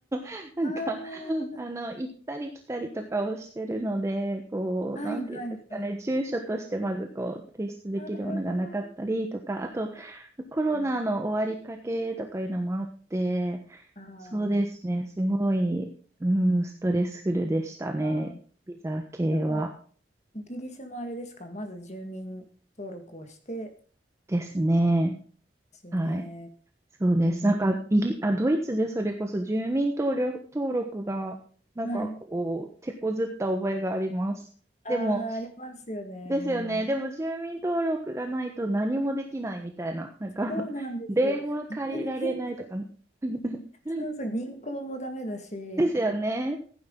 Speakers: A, on the right (about 15°); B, on the left (about 40°).
A: <laughs> なんか、
B: ああ、
A: あの、行ったり来たりとかをしてるので、こう、
B: はいはいはい。
A: なんていうんですかね、住所としてまずこう、提出できるものがなかったりとか、
B: あ、なるほど。
A: あと、コロナの終わりかけとかいうのもあって、
B: うんあー
A: そうですね、すごい、うん、ストレスフルでしたね、
B: あー、
A: ビザ系は。
B: でも、イギリスもあれですか、まず住民登録をして、
A: ですね。
B: ですよね。
A: はい。そうです。
B: うん。
A: なんか、イギ、あ、ドイツでそれこそ住民登録、登録が、なんかこう、
B: はい。
A: 手こずった覚えがあります。
B: ああ、
A: でも、
B: ありますよね。
A: ですよね。
B: うん。
A: でも住民登録がないと何もできないみたいな。なんか
B: そうなんですよ。
A: <laughs> 電話借りられないとか
B: 住民、<laughs>
A: <laughs>
B: そうそう、銀行もダメだし、
A: ですよね。